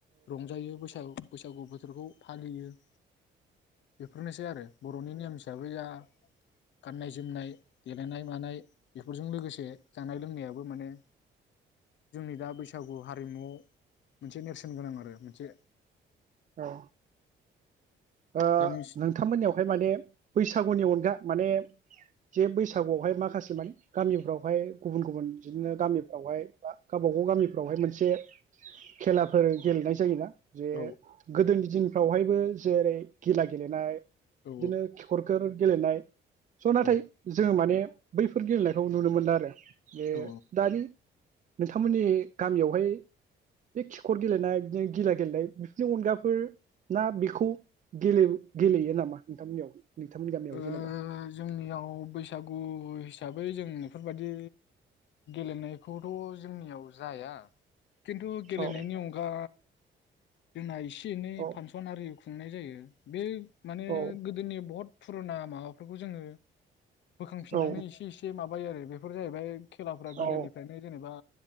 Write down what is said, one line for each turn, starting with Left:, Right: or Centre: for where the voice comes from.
Left: रंजायो बैसागु बैसागु बोथोरखौ फालियो बे बेफोरनोसै आरो बर'नि नियम हिसाबैया गाननाय जोमनाय देलायनाय मानाय बेफोरजों लोगोसे जे जानाय लोंनायाबो माने जोंनि दा बैसागु हारिमुआव मोनसे गोनां आरो मोनसे
Right: औ ओ
Left: दानि
Right: नोंथांमोननियावहाय माने बैसागुनि अनगा माने जे बैसागुआवहाय माखासे माने गामिफ्रावहाय गुबुन गुबुन बिदिनो गामिफ्रावहाय बा गावबा गाव गामिफ्रावहाय मोनसे खेलाफोर गेलेनाय जायोना जे
Left: औ
Right: गोदोनि दिनफ्रावहायबो जेरै गिला गेलेनाय बिदिनो
Left: औ
Right: खिखरखोर गेलेनाय। स' नाथाय
Left: औ
Right: जों माने बैफोर गेलेनायखौ नुनो मोनला आरो। बे
Left: औ
Right: दानि नोंथांमोननि गामियावहाय बे खिखर गेलेनाय बिदिनो गिला गेलेनाय बिदिनि अनगाफोर ना बेखौ गेले गेलेयो नामा नोंथांमोननियाव नोंथांमोननि गामियाव
Left: ओ
Right: जेनेबा
Left: जोंनियाव बैसागु हिसा बै जों बेफोरबायदि गेलेनायखौथ' जोंनियाव जाया। खिन्थु गेलेनायनि
Right: औ
Left: अनगा जोंना इस एसे एनै
Right: औ
Left: फांसन आरि खुंनाय जायो। बे माने
Right: औ
Left: गोदोनि बहुत फुरुना माबाफोरखौ जोङो बोखांफिननानै
Right: औ
Left: एसे एसे माबा फायो आरो बेफोर जाहैबाय खेलाफ्रा गोदोनिफ्रायनो
Right: औ
Left: जेनेबा